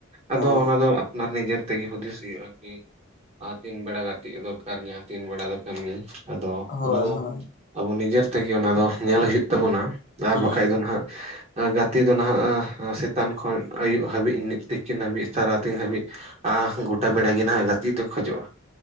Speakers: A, on the right (about 30°); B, on the left (about 40°).
A: ᱟᱫᱚ
B: ᱦᱳᱭ
A: ᱚᱱᱟ ᱫᱚ, ᱟᱯᱱᱟᱨ ᱱᱤᱡᱮᱨ ᱛᱮᱜᱮ ᱦᱩᱫᱤᱥ ᱦᱩᱭᱩᱜᱼᱟ ᱠᱤ, ᱛᱤᱱ ᱵᱮᱲᱟ ᱜᱟᱛᱮᱜ ᱫᱚᱨᱠᱟᱨ ᱡᱟᱦᱟᱸ ᱛᱤᱱ ᱵᱮᱲᱟ ᱫᱚ ᱠᱟᱹᱢᱤ ᱾ ᱟᱫᱚ
B: ᱦᱳᱭ
A: ᱚᱱᱟ ᱫᱚ,
B: ᱦᱳᱭ
A: ᱟᱵᱚ ᱱᱤᱡᱮᱨ ᱛᱮᱜᱮ, ᱚᱱᱟ ᱫᱚ, ᱧᱮᱞ ᱦᱩᱭᱩᱜ ᱛᱟᱵᱚᱱᱟ ᱾ ᱟᱨ
B: ᱦᱩᱸ
A: ᱵᱟᱠᱷᱟᱡ ᱫᱚ ᱱᱷᱟᱜ? ᱜᱟᱛᱮ ᱫᱚ ᱱᱷᱟᱜ, ᱥᱮᱛᱟᱱ ᱠᱷᱚᱱ ᱟᱹᱭᱩᱵ ᱦᱟᱹᱵᱤᱡ, ᱛᱤᱠᱤᱱ ᱦᱟᱹᱵᱤᱡ ᱛᱟᱨᱟ <unintelligible> ᱛᱤᱱ ᱦᱟᱹᱵᱤᱡ ᱾ ᱟᱦ! ᱜᱚᱴᱟ ᱵᱮᱲᱟ ᱜᱮ ᱱᱷᱟᱜ ᱜᱟᱛᱮᱜ ᱫᱚ ᱠᱷᱚᱡᱚᱜᱼᱟ?